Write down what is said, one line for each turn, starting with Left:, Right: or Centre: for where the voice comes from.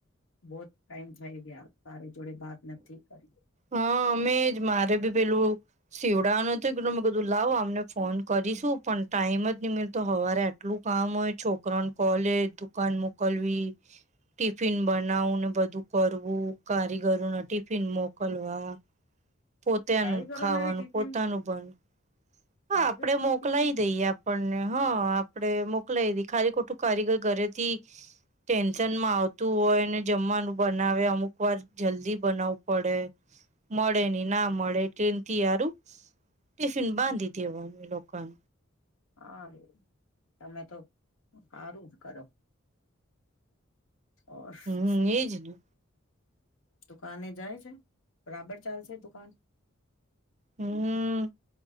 Left: બહોત ટાઈમ થઈ ગયા તારી જોડે બાત નથી કરી
Right: હા અમે જ મારે ભી પેલું સીવડાવાનું તો એકદમ મે કીધું લાવ અમને ફોન કરીશું પણ ટાઈમ જ, નહી મળતો હવારે આટલું કામ હોય છોક કરાન કોલેજ દુકાન મોકલવી ટિફિન બનાવું ને બધું કરવું કારીગરોના ટિફિન મોક મોકલવા પોતેનું
Left: કારીગરો
Right: ખાવાનું,
Left: ન ટિફિન
Right: પોતાનું બન હા
Left: કારીગર
Right: આપડે
Left: નું
Right: મોકલાય
Left: ટિફિન
Right: દઈએ આપણને હા આપડે મોકલાયદી ખાલી, ખોટું કારીગર ઘરેથી ટેન્શનમાં આવતું હોય ને જમવાનું બનાવે અમુક વાર જલ્દી બનાવવું પડે મળે ને ના મળે, ટેનથી હારુ ટિફિન બાંધી દેવાનું લોકનું
Left: હા અવે તમે તો હારુ કરો અ
Right: હમ
Left: શું
Right: એજ ને
Left: દુકાને જાય છે, બરાબર ચાલશે દુકાન
Right: હમ